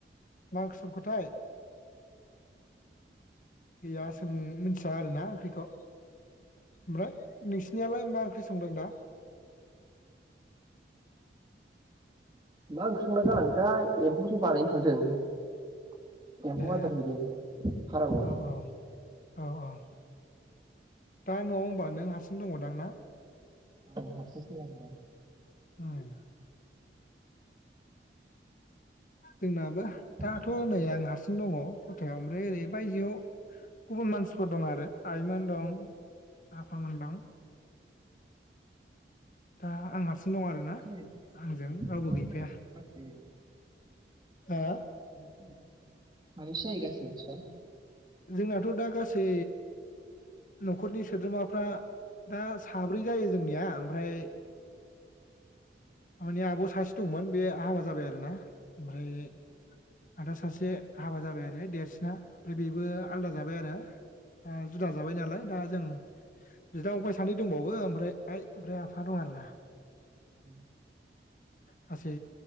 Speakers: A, on the left; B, on the right.
A: मा ओंख्रि संखोथाय गैया सों मिथिया आरोना ओंख्रिखौ ओमफ्राय नोंसिनियालाय मा संदों दा?
B: मा ओंख्रि संना गालांगोथाय एम्फौसो बानायनो थांथों। एम्फौ
A: ए
B: आदार हैदों फार्माव
A: औ औ औ औ दा न'आव होमबा नों हारसिं दङदां ना?
B: औ <unintelligible>
A: ओम जोंनाबो दाथ'
B: सानैसो जायो
A: नै
B: नोंस्रा?
A: आं हारसिं दङ खथायाव ओमफ्राय ओरै बायजोआव गुबुन मानसिफोर दं आरो आइमोन दं आफामोन दं दा आंहा दं आरो
B: साबैसे
A: ना आंजों
B: जायो?
A: रावबो
B: साबैसे
A: गैफाया
B: जायो <inaudible>
A: हा
B: <unintelligible>
A: जोंनाथ' दा गासै नखरनि सोद्रोमाफ्रा दा साब्रै जायो जोंनिया आमफ्राय थारमाने आब' सासे दंमोन बे हाबा जाबाय आरो ना ओमफ्राय आदा सासे से हाबा जाबाय आरो देरसिना बेबो
B: मोजां
A: आलदा जाबाय आरो दा जुदा जाबाय नालाय दा जों बिदा फंबाइ सानै दंबावो ओमफ्राय आइ आमफ्राय आफा दं आरोना
B: उम
A: गासै